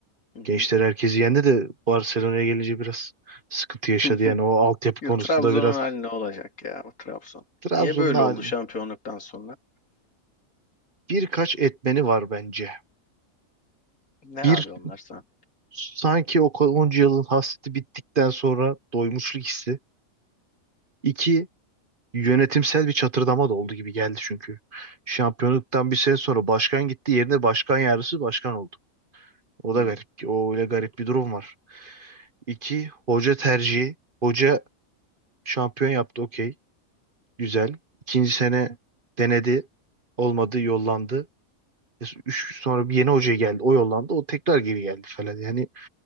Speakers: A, on the left (about 85°); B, on the right (about 40°).
A: Hı hı.
B: Gençler herkesi yendi de Barcelona'ya gelince biraz sıkıntı yaşadı.
A: <laughs>
B: Yani o altyapı
A: Ya
B: konusunda
A: Trabzon'un
B: biraz
A: hali ne olacak ya bu Trabzon?
B: Trabzon'un
A: Niye böyle
B: hali-
A: oldu şampiyonluktan sonra?
B: birkaç etmeni var bence.
A: Ne
B: Bir
A: abi onlar sana?
B: sanki o onca yılın hasreti bittikten sonra doymuşluk hissi. İki yönetimsel bir çatırdama da oldu gibi geldi çünkü. Şampiyonluktan bir sene sonra başkan gitti, yerine başkan yardımcısı başkan oldu. O da
A: Hmm.
B: garip. O öyle garip bir durum var. İki, hoca tercihi. Hoca şampiyon yaptı, okey. Güzel. İkinci sene denedi. Olmadı, yollandı. E, Üç sonra bir yeni hoca geldi. O yollandı. O tekrar geri geldi falan. Yani